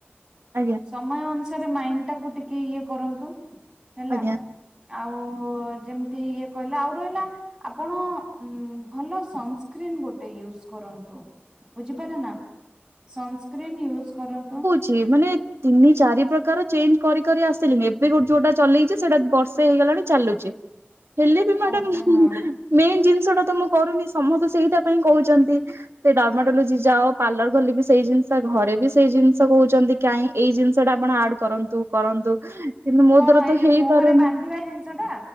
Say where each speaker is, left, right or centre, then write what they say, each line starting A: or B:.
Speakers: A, on the right; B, on the right.
A: ଆଜ୍ଞା
B: ସମୟ ଅନୁସାରେ ମାଇଣ୍ଡ ଟାକୁ ଟିକେ ଇଏ କରନ୍ତୁ ହେଲା
A: ଆଜ୍ଞା
B: ଆଉ ଯେମିତି ଇଏ କହିଲା ଆଉ ରହିଲା ଆପଣ ଉ ଭଲ ସନ୍ ସ୍କ୍ରିନ୍ ଗୋଟେ ୟୁଜ୍ କରନ୍ତୁ ବୁଝିପାଇଲେ ନା ସନସ୍କ୍ରିନ୍ ୟୁଜ କରନ୍ତୁ
A: ଚି ମାନେ ତିନି ଚାରି ପ୍ରକାର ଚେଞ୍ଜ କରି କରି ଆସିଲିଣି ଏବେ ଗ ଯୋଉଟା ଚଲେଇଛି ସେଇଟା ବର୍ଷେ ହେଇଗଲାଣି ଚାଲୁଛି ହେଲେ ବି ମ୍ୟାଡାମ
B: ଓକେ ହଁ
A: ମେନ୍ ଜିନିଷ ଟା ତ ମୁଁ କରୁନି ସମସ୍ତେ ସେଇଟା ପାଇଁ କହୁଛନ୍ତି ସେ ଡର୍ମାଟଲଜି ଯାଅ ପାର୍ଲର ଗଲେ ବି ସେଇ ଜିନିଷ ଘରେ ବି ସେଇ ଜିନିଷ କହୁଛନ୍ତି କାହିଁ ଏଇ ଜିନିଷ ଟା ଆପଣ ଆଡ୍ କରନ୍ତୁ କରନ୍ତୁ କିନ୍ତୁ ମୋ
B: କଣ
A: ଦ୍ଵାର
B: ଏଇ
A: ତ
B: ଯୋଉ
A: ହେଇପାରୁନି
B: ମୁହଁରେ ବାନ୍ଧିବା ଜିନିଷ ଟା